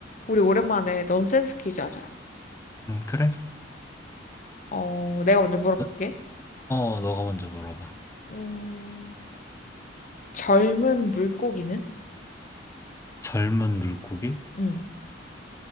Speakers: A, on the left; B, on the left.
A: 우리 오랜만에 넌센스 퀴즈 하자.
B: 음, 그래?
A: 어, 내가 먼저 물어볼게.
B: 너, 어, 너가 먼저 물어봐.
A: 음, 젊은 물고기는?
B: 젊은 물고기?
A: 음,